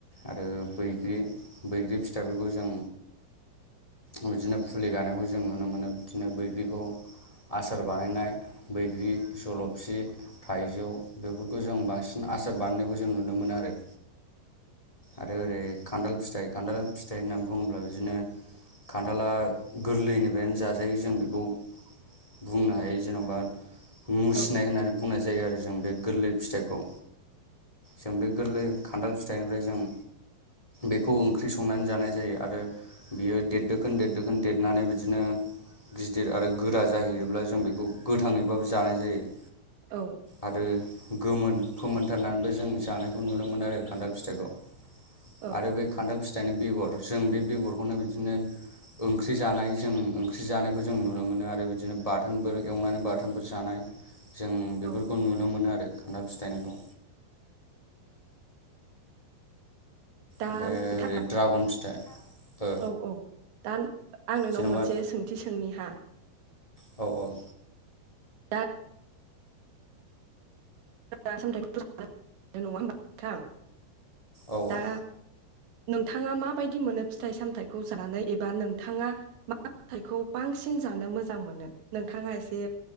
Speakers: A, on the left (about 20°); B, on the right (about 80°).
A: आरो बैग्रि बैग्रि फिथाइफोरखौ जों बिदिनो फुलि गानायखौ जों नुनो मोनो बिदिनो बैग्रिखौ आसार बानायनाय बैग्रि जल'फि थाइजौ बेफोरखौ जों बांसिन आसार बानायनायखौ जों नुनो मोनो आरो। आरो ओरै खान्थाल फिथाइ खान्थाल फिथाइ होननानै बुङोब्ला बिदिनो खान्थाला गोरलैनिफ्रायनो जाजायो जों बेखौ बुंनो हायो जेन'बा मुसिनाय
B: औ
A: होननानै बुंनाय जायो आरो जों बे गोरलै फिथाइखौ जों बे गोरलै खान्थाल फि थायनिफ्राय जों बेखौ ओंख्रि संनानै जानाय जायो आरो बियो देरदोखोन देरदोखोन देरनानै बिदिनो गिदिर आरो गोरा जाहैयोब्ला जों बेखौ गोथाङैबाबो जानाय जायो
B: औ
A: आरो गोमोन फोमोनथारनानैबो जों जानायखौ नुनो मोनो आरो खान्थाल फिथाइखौ
B: औ
A: आरो बे खान्थाल फिथाइनि बेगर जों बे बेगरखौनो बिदिनो ओंख्रि जानाय जों ओंख्रि जानायखौ जों नुनो मोनो आरो बिदिनो बाथोनफोर एवनानै बाथोन फोर जानाय जों
B: औ
A: बेफोरखौ नुनो मोनो आरो खान्थाल फिथाइनिखौ
B: दा
A: ओमफ्राय
B: नोंथां
A: ड्रागन फिथाइ ओ
B: औ औ दा आं नोंनाव
A: जेन'बा
B: मोनसे सोंथि सोंनि हा
A: औ औ
B: दा <unintelligible> नङा होमबा नोंथां
A: औ
B: दा
A: औ
B: नोंथाङा माबायदि मोनो फिथाइ सामथाइखौ जानानै एबा नोंथाङा मा फिथाइखौ बांसिन जानो मोजां मोनो नोंथाङा एसे